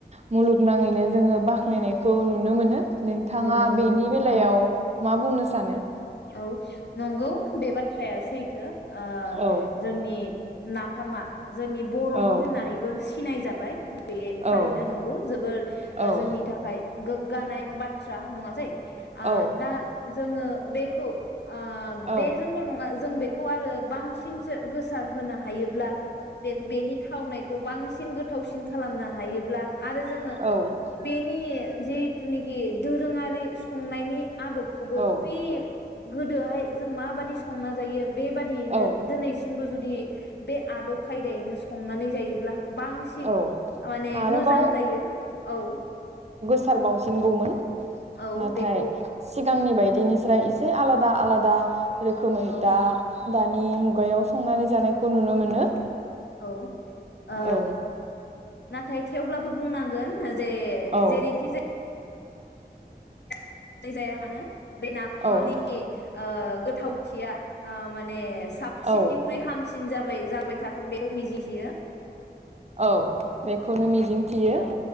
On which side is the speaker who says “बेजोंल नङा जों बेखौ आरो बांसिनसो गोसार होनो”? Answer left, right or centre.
Left